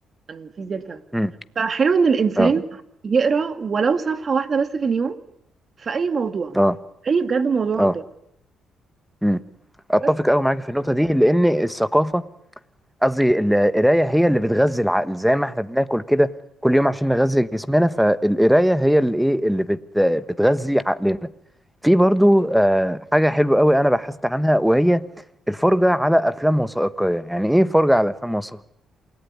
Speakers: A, on the right; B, in the centre.
A: عن فيزياء الكم
B: امم
A: فحلو ان الانسان
B: اه
A: يقرا ولو صفحة واحدة بس في اليوم في اي موضوع
B: اه
A: اي بجد موضوع
B: اه
A: قدامه
B: امم اتفق
A: بس
B: قوي معاك في النقطه دي لان الثقافه قصدي القرايه هي اللي بتغذي العقل زي ما احنا بناكل كده كل يوم عشان نغذي جسمنا فالقرايه هي اللي ايه اللي بت بتغذي عقلنا في برضو آه، حاجه حلوه قوي انا بحثت عنها وهي الفرجه على افلام وثائقيه يعني ايه فرجه على افلام وثائقيه